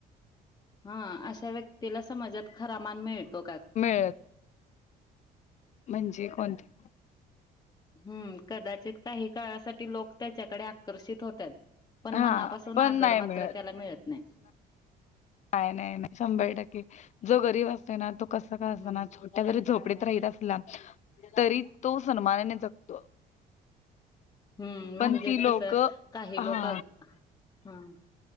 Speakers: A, on the left; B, on the left.
A: हा अशा व्यक्तीला समाजात खरा मान मिळतो का?
B: मिळत म्हणजे कोणते?
A: हम्म कदाचित काही काळासाठी लोक त्याच्याकडे आकर्षित होत्यात. पण
B: हा
A: मनापासून
B: पण
A: आदर
B: नाही मिळत
A: मात्र त्याला मिळत नाही.
B: काय नाही नाही शंभर टक्के जो गरीब असतोय ना तो कसा का असंना
A: हम्म
B: छोट जरी झोपडीत राहित असला तरी तो सन्मानाने जगतो.
A: हम्म
B: पण
A: म्हणजेच
B: ती लोक
A: कसं काही
B: हा
A: लोक हम